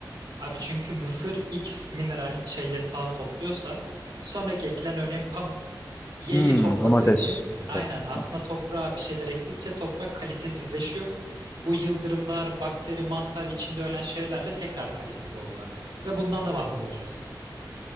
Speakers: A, on the right (about 75°); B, on the left (about 20°).
A: Abi çünkü mısır X mineral şeylerini falan topluyorsa sonraki ekilen örneğin pamuk Y'yi
B: Hmm,
A: topladığı
B: domates.
A: için
B: Ya
A: aynen
B: da-
A: aslında
B: Hmm.
A: toprağa bir şeyler ektikçe toprak kalitesizleşiyor. Bu yıldırımlar, bakteri, mantar içinde ölen şeylerle tekrar kaliteli oluyor. Ve bundan da mahrum olacağız.